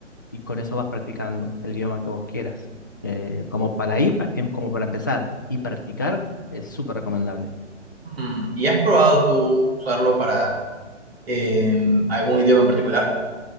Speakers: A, on the left (about 15°); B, on the right (about 50°).
A: y con eso vas practicando el idioma que vos quieras. Eh, como para ir, pa- em, como para empezar y practicar es súper recomendable.
B: Mm, ¿y has probado tú usarlo para em, algún idioma en particular?